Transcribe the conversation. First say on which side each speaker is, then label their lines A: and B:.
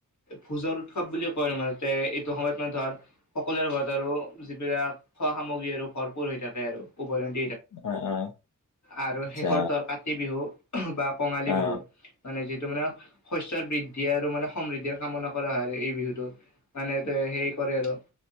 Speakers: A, on the left; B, on the left.
A: ভোজৰ উৎসৱ বুলি কয় মে এইটো সময়ত মানে ধৰ সকলোৰে ঘৰত আৰু যিবিলাক খোৱা সামগ্ৰী আৰু ভৰপৰ হৈ থাকে আৰু উভয়
B: অ' অ'
A: আৰু
B: আচ্ছা
A: শেষৰটো আৰু কাতি বিহু বা কঙালী
B: অ
A: বিহু মানে যিটো টো মানে শইচৰ বৃদ্ধি আৰু মানে সমৃদ্ধিৰ কামনা কৰা হয় এই বিহুটোত মানে হেই কৰে আৰু